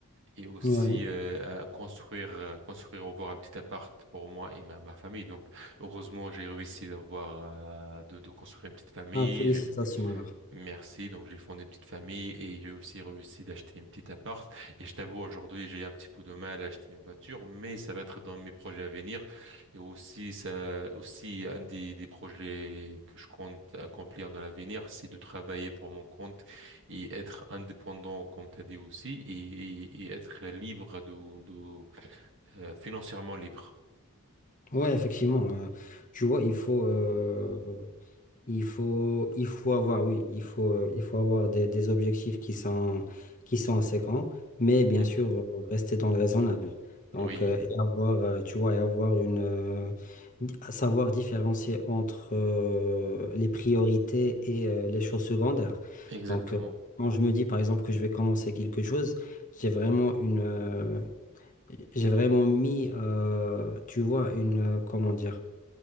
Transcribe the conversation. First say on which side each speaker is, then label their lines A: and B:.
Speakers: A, on the right; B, on the left.
A: et aussi
B: Ouais.
A: euh, à construire, euh, construire, avoir un petit appart pour moi et ma, ma famille. Donc, heureusement, j'ai réussi d'avoir, euh, de, de construire une petite famille.
B: Ah, félicitations
A: J'ai
B: alors.
A: Merci. Donc, j'ai fondé une petite famille et j'ai aussi réussi d'acheter une petite appart. Et je t'avoue, aujourd'hui, j'ai un petit peu de mal à acheter une voiture, mais ça va être dans mes projets à venir. Et aussi, ça, aussi, un des, des projets que je compte accomplir dans l'avenir, c'est de travailler pour mon compte et être indépendant, comme tu as dit aussi, et, et, et être libre de, de, euh, financièrement libre.
B: Ouais, effectivement. euh, tu vois, il faut, euh, il faut, il faut avoir, oui, il faut, euh, il faut avoir des, des objectifs qui sont, qui sont séquents, mais bien
A: Mhm.
B: sûr, euh, rester dans le raisonnable. Donc,
A: Oui,
B: euh, et avoir, euh, tu vois, et avoir une, euh, di- savoir différencier entre euh, les priorités et euh, les choses secondaires.
A: exactement.
B: Donc, euh, quand je me dis, par exemple, que je vais commencer quelque chose, j'ai vraiment une, euh, j'ai vraiment mis, euh, tu vois, une, euh, comment dire,